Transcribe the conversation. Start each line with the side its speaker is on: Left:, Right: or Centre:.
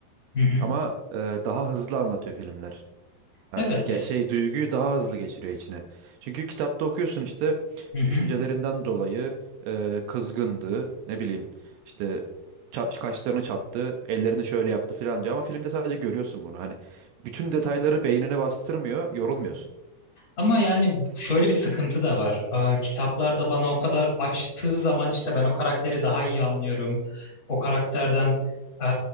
Left: hı hı.
Right: ama e, daha hızlı anlatıyor filmler. Ha,
Left: Evet.
Right: ge- şey duyguyu daha hızlı geçiriyor içine. Çünkü kitapta okuyorsun işte
Left: Hı hı.
Right: düşüncelerinden dolayı e, kızgındı, ne bileyim işte ça- kaşlarını çattı, ellerini şöyle yaptı falan diyor ama filmde sadece görüyorsun bunu. Hani bütün detayları beynine bastırmıyor, yorulmuyorsun.
Left: Ama yani şöyle bir sıkıntı da var. Aa, kitaplarda bana o kadar açtığı zaman işte ben o karakteri daha iyi anlıyorum. O karakterden eee,